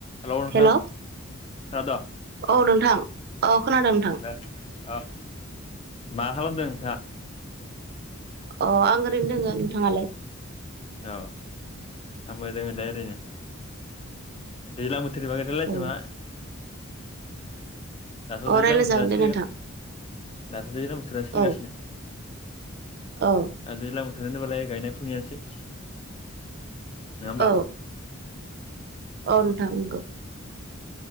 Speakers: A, on the left (about 30°); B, on the right (about 50°).
A: हेल नोंथां
B: हेलौ
A: दा दा
B: औ नोंथां औ खोनादों नोंथां
A: दे अ मा खालामदों नोंथां
B: अ आं ओरैनो दोङो नोंथाङालाय
A: औ आंबो दा ओरैनो दैलां बोथोरनि बागै रायलायनायसै
B: औ
A: नामा दाथ' दैज्लां
B: औ रायलायजागोन
A: बोथोरानो
B: दे
A: सोलि
B: नोंथां
A: दाथ' दैज्लां बोथोरानो सोलिगासिनो
B: औ औ
A: आरो दैज्लां बो होनोबालाय गायनाय फुनियानोसै नङा होमबा
B: औ औ नोंथां नंगौ